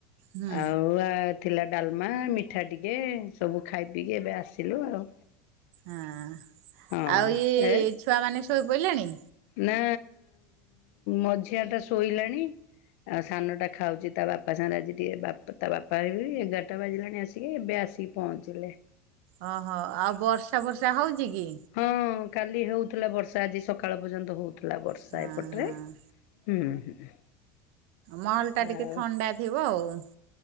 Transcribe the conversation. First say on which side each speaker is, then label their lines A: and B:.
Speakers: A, on the right (about 70°); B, on the left (about 70°).
A: ହୁଁ
B: ଆଉ ଆ ଥିଲା ଡାଲମା ମିଠା ଟିକେ ସବୁ ଖାଇ ପିଇକି ଏବେ ଆସିଲୁ ଆଉ।
A: ଆଁ
B: ହଁ
A: ଆଉ ଇଏ
B: ଏ
A: ଛୁଆ ମାନେ ଶୋଇ ପଇଲେଣି?
B: ନା ମଝିଆ ଟା ଶୋଇଲାଣି। ଆଉ ସାନଟା ଖାଉଛି ତା ବାପା ସାଙ୍ଗରେ ଆଜି ଟିକେ ବାପା ତା ବାପା ଆଇଲେଣି ଏଗାରଟା ବାଜିଲାଣି ଆସିକି ଏବେ ଆସିକି ପହଞ୍ଚିଲେ।
A: ଓହୋ ଆଉ ବର୍ଷା ଫର୍ଷା ହଉଚି କି?
B: ହୁଁ କାଲି ହଉଥିଲା ବର୍ଷା ଆଜି ସକାଳ ପର୍ଯ୍ୟନ୍ତ ହଉଥିଲା ବର୍ଷା
A: ହଁ
B: ଏପଟରେ। ହୁଁ ହୁଁ।
A: ମହଲଟା
B: ଆଉ
A: ଟିକେ ଥଣ୍ଡା ଥିବ ଆଉ।